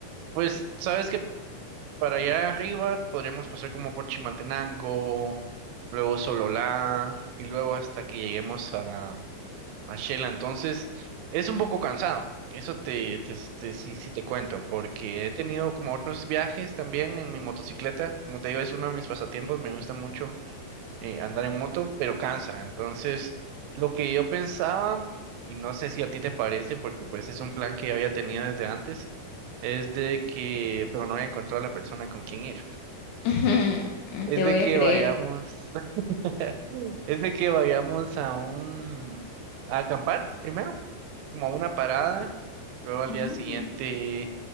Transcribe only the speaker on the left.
<laughs>
Te
voy
a creer.
Mm.